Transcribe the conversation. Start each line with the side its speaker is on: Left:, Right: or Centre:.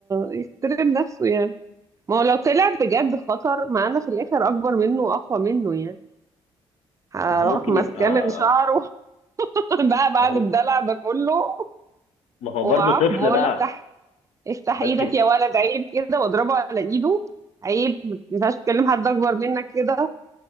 Right: يحترم نفسه يعني ما هو لو طلع بجد خطر معانا في الاخر اكبر منه واقوى منه يعني هروح
Left: ما هو ممكن
Right: ماسكاه
Left: يبقى
Right: من شعره <laughs> بقى بعد
Left: ما هو
Right: الدلع ده كله
Left: ما هو
Right: وعاقبه
Left: برضه طفل
Right: اقول
Left: بقى
Right: له افتح افتح
Left: فانت
Right: ايدك يا ولد عيب كده واضربه على ايده عيب ما ينفعش تكلم حد اكبر منك كده